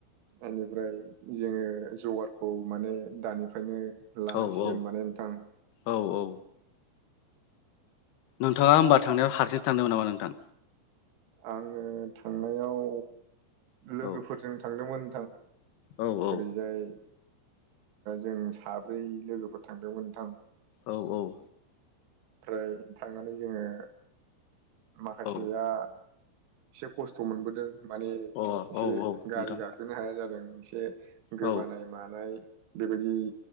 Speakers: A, on the right (about 80°); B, on the left (about 65°).
A: बेनिफ्राय जोङो जगारखौ माने दानिफ्रायनो लानांसिगोन
B: औ औ
A: माने नोंथां।
B: औ औ नोंथाङा होमबा थांनायाव हारसिं थांदोंमोन नामा नोंथां?
A: आङो थांनायाव लोगोफोरजों
B: औ
A: थांदोंमोन नोंथां।
B: औ औ
A: ओरैजाय जों साब्रै लोगोफोर थांदोंमोन नोंथां।
B: औ औ
A: ओफ्राय थांनानै जोङो माखासेया
B: औ
A: एसे खस्थ' मोनबोदों माने
B: अ
A: एसे
B: औ औ
A: गारि
B: नोंथां
A: गाख गोनो हाया जादों एसे गोबानाय
B: औ
A: मानाय बेबायदि